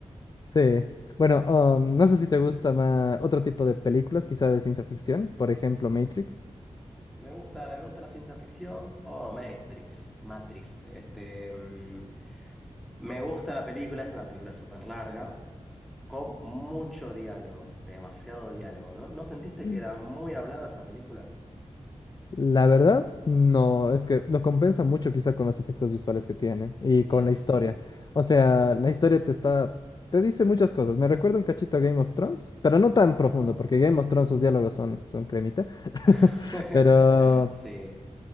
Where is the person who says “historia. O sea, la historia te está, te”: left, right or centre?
Left